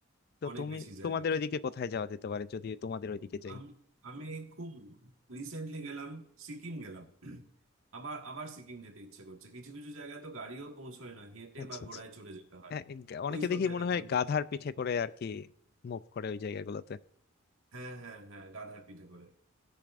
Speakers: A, on the left (about 50°); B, on the right (about 75°).
A: তো
B: অনেক
A: তুমি
B: বেশি জায়গা
A: তোমাদের
B: আছে
A: ওইদিকে কোথায় যাওয়া যেতে পারে যদি তোমাদের ওইদিকে যাই
B: আমি আমি এই খুব রিসেন্টলি গেলাম সিকিম গেলাম আবার আবার সিকিম যেতে ইচ্ছে করছে কিছু কিছু জায়গায় তো গাড়িও পৌঁছয় না হেঁটে
A: আচ্ছা
B: বা ঘোড়ায়
A: আচ্ছা।
B: চলে যেতে হয়
A: হ্যাঁ, এই গা- অনেকে
B: ওই সব
A: দেখি
B: জায়গাগুলোতে
A: মনে হয় গাধার পিঠে করে আর কি মুভ করে ওই জায়গাগুলোতে
B: হ্যাঁ হ্যাঁ হ্যাঁ গাধার পিঠে করে